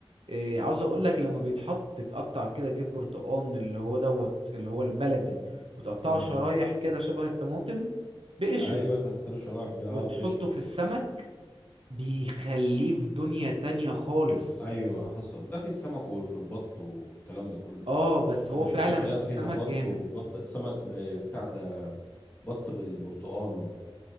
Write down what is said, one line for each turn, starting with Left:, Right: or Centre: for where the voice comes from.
Right: إيه عاوز اقول لك لما بيتحط تتقطع كده جيب برتقان اللي هو دوت اللي هو البلدي وتقطعه
Left: ايوه
Right: شرايح كده شبه الطماطم بقشره
Left: ايوه تلات شرايح ب- اه
Right: وتحطه
Left: بقشره
Right: في السمك بيخليه في دنيا تانية خالص
Left: ايوه حصل ده في السمك وفي البط والكلام ده كله
Right: اه بس
Left: انا
Right: هو
Left: شفت
Right: فعلا
Left: اكلات
Right: في السمك
Left: فيها بط
Right: جامد
Left: وبط سمك ب- آه، بتاع ده بط بالبرتقال